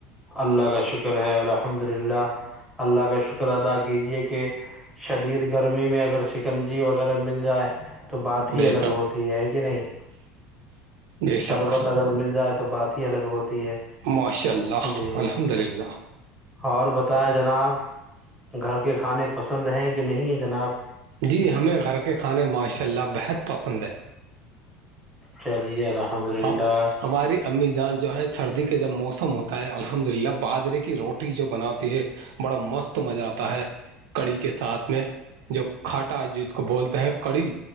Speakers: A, in the centre; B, on the right.
A: اللہ کا شکر شکر ہے الحمد للہ اللہ کا شکر ادا کیجیے کہ شدید گرمی میں اگر شکنجی وغیرہ مل جائے تو بات ہی
B: بے
A: الگ
B: شک
A: ہوتی ہے کہ نہیں
B: بے
A: شربت
B: شک
A: اگر مل جائے تو تو بات ہی الگ ہوتی ہے
B: ماشاء اللہ
A: جی
B: الحمد للہ
A: اور بتائیں جناب گھر کے کھانے پسند ہیں کہ نہیں ہے جناب
B: جی ہمیں گھر کے کھانے ماشاء اللہ بہت پسند ہے
A: چلیے الحمد للہ
B: ہم ہماری امی جان جو ہے سردی کا جب موسم ہوتا ہے الحمد للہ باجرے کی روٹی جو بناتی ہے بڑا مست مزہ آتا ہے کڑی کے ساتھ میں جو کھاٹا جس کو بولتے ہیں کڑی